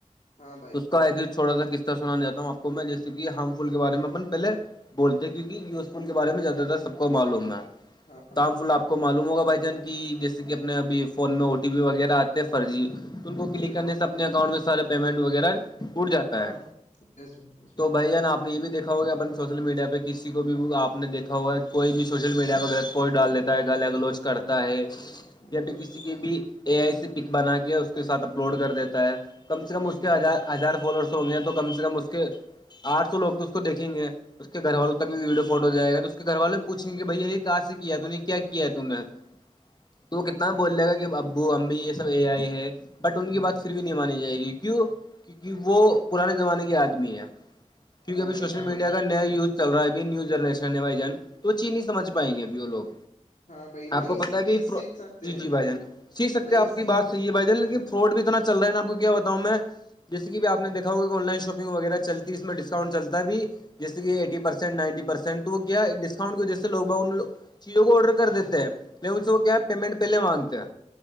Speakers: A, on the left; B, on the left.
A: ہاں بھائی
B: تو اس کا ایک چھوٹا سا قسطہ سنان چاہتا ہوں آپ کو میں جس کہ ہارم فل کے بارے میں اپ پہلے بولتے ہیں کیونک یوزفل کے بارے میں زیادہ تر سب کو معلوم ہے
A: ہاں
B: تام
A: بھائی
B: فل آپ کو معلوم ہوگا بھائی جان کہ جیسے کہ اپنے ابھی فون میں او ٹی پی وغیرہ آتے فرضی تو ان کو
A: ہاں
B: کلک
A: بھائی
B: کرنے سے اپنے اکاؤنٹ میں سارا پیمنٹ وغیرہ اٹ جاتا
A: ہاں
B: ہے
A: بھائی یس بھائی یس بھائی
B: تو جان آپ نے یہ بھی دیکھا ہوگا اپن سوشل میڈیا پہ کسی کو بھیپ نے دیکھا کوئی بھی سوشل میڈیا کا غلط پوسٹ ڈال دیتا ہے گل گلوچ کرتا ہے
A: ہاں
B: یا پھر کسی کی بھی اے آئی سی پک بنا کے اس کے ساتھ اپلوڈ کر دیتا ہے کم سے کم
A: بھائی
B: اس کے ہز ہزار فالوورس ہوں گے ہیں تو کم سے کم اس کے آٹھ سو لوگ تو اس کو دیکھیں گے اس کے گھر والوں تک بھی ویڈیو فوٹو جائے گا تو اس کے گھر والے بھی پوچیں گے بھائی یہ کہاں سے کیا ہے نے کیا ہے نے تو کتنا بول لے گا کہ ابو امی یہ سب اے آئی ہے بٹ ان کی بات پھر بھی نہیں مانی جائے گی کیوں کیونکہ وہ پرانے زمانے کے آدمی ہے کیونک
A: ہاں
B: اب
A: بھائی ہاں بھائی
B: سشل مییا اگر نیا یوز چل رہا ہےبھی نیو جنریشن ہے بائی تو چین نہیں سجھ پائیں گے ا وہوگ
A: ہاں بھائی
B: آپ
A: نئی
B: کو پتا
A: اسکل
B: ہے بھی
A: سیکھ سکتے
B: جی
A: ہیں
B: جی بھائی جان سیکھ سکتے
A: نئی
B: آپ کی بات ی بھائی ج لیکن فرڈ بھی اتنا چل رہا ہے آپ کو کیا بتاؤں میں جس بھی آپ نےیکھا ہو کہ آن لائن شاپنگ وغیرہ چلتی اس میں ڈسکؤنٹ چلتا بھی جیس کہ ایٹی پرسینٹ نائنٹی پرسینٹ س تو وہ کیا ڈسکاؤنٹ کی وجہ سے لوگ باگ چیزوں کو آرڈر کر دیتے ہیں ل ان سے وہ کیا پیمنٹ پہلے مانگتے ہیں